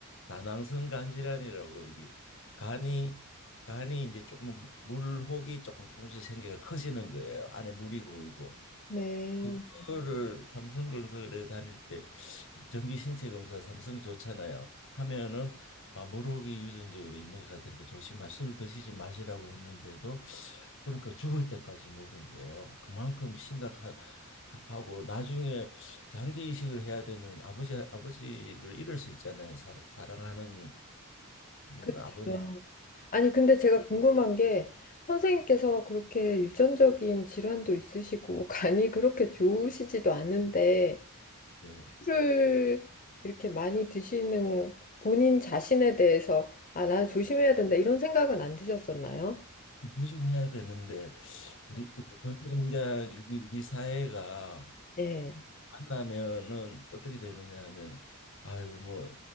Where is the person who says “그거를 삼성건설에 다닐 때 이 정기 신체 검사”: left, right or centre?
Left